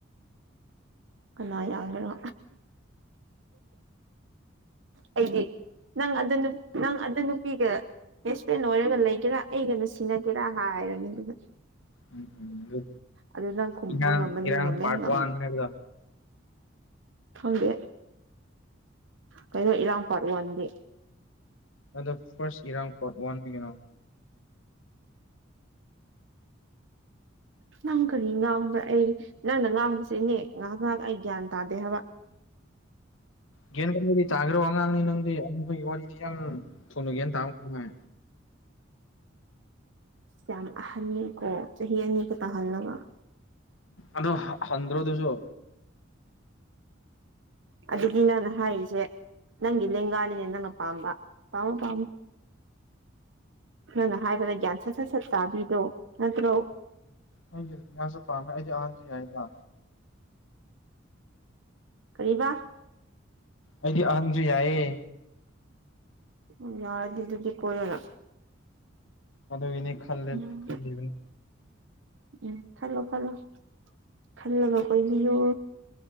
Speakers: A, on the right; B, on the left.
A: ꯀꯅꯥ ꯌꯒꯦꯔꯥ ꯑꯩꯗꯤ ꯅꯪ ꯑꯗꯨ ꯅꯨ ꯅꯪ ꯑꯗꯨ ꯅꯨꯄꯤꯒ ꯕꯦꯁ ꯐ꯭ꯔꯦꯟ ꯑꯣꯏꯔꯒ ꯂꯩꯒꯦꯔꯥ ꯑꯩꯒ ꯅꯨꯡꯁꯤꯅꯒꯦꯔꯥ ꯍꯥꯏꯔꯅꯤ ꯑꯗꯨꯅ
B: ꯎꯝ ꯑꯗꯨ
A: ꯑꯗꯨ ꯅꯪ ꯈꯨꯝꯕ
B: ꯏꯔꯥꯡ
A: ꯉꯝꯃꯅꯤ
B: ꯏꯔꯥꯡ
A: ꯉꯝꯃꯦ
B: ꯄꯥꯔꯠ
A: ꯉꯝ
B: ꯋꯥꯟ ꯍꯥꯏꯕꯗꯣ
A: ꯈꯪꯗꯦ ꯀꯩꯅꯣ ꯏꯔꯥꯡ ꯄꯔ ꯋꯥꯟꯗꯤ
B: ꯑꯗꯣ ꯐꯥꯔꯁ ꯏꯔꯥꯡ ꯄꯣꯠ ꯋꯥꯟꯅꯤ ꯀꯩꯅꯣ
A: ꯉꯪ ꯀꯔꯤ ꯉꯥꯡꯕ꯭ꯔ ꯑꯩ ꯅꯪꯅ ꯉꯥꯡꯕꯁꯤ ꯏꯅꯦ ꯉꯍꯥꯛ ꯉꯍꯥꯛ ꯑꯩ ꯒ꯭ꯌꯥꯟ ꯇꯥꯗꯦ ꯍꯥꯏꯕ
B: ꯒ꯭ꯌꯥꯟ ꯀꯗꯤ ꯇꯥꯒꯦꯔꯣ ꯑꯉꯥꯡꯅꯤ ꯅꯪꯗꯤ <unintelligible>
A: ꯌꯥꯝ ꯑꯍꯟꯅꯤꯀꯣ ꯆꯍꯤ ꯑꯅꯤꯈꯇꯥꯡ ꯍꯜꯂꯒ
B: ꯑꯗꯣ ꯍꯟꯗ꯭ꯔꯣ ꯑꯗꯨꯁꯨ
A: ꯑꯗꯨꯗꯤ ꯅꯪꯅ ꯍꯥꯏꯔꯤꯁꯦ ꯅꯪꯒꯤ ꯂꯦꯡꯒꯥꯅꯤꯅꯦ ꯅꯪꯅ ꯄꯥꯝꯕ ꯄꯥꯝꯃꯨ ꯄꯥꯝꯃꯨ ꯅꯪꯅ ꯍꯥꯏꯕꯗ ꯒ꯭ꯌꯥꯟ ꯁꯠ ꯁꯠ ꯁꯠ ꯇꯥꯕꯤꯗꯣ ꯅꯠꯇ꯭ꯔꯣ
B: ꯑꯩꯒꯤꯗꯤ ꯉꯥꯟꯁꯦ ꯄꯥꯝꯃꯦ ꯑꯩꯗꯤ ꯑꯍꯟꯁꯨ ꯌꯥꯏꯗ
A: ꯀꯔꯤꯕ
B: ꯑꯩꯗꯤ ꯑꯍꯟꯁꯨ ꯌꯥꯏꯌꯦ
A: ꯎꯝ ꯌꯥꯔꯗꯤꯑꯗꯨꯗꯤ ꯀꯣꯏꯔꯒ
B: ꯑꯗꯨꯒꯤꯅꯤ ꯈꯜꯂꯦ
A: ꯎꯝ
B: ꯈꯜꯂꯤꯕꯅꯤ
A: ꯎꯝ ꯈꯜꯂꯣ ꯈꯜꯂꯣ ꯈꯜꯂꯒ ꯀꯣꯏꯕꯤꯌꯨ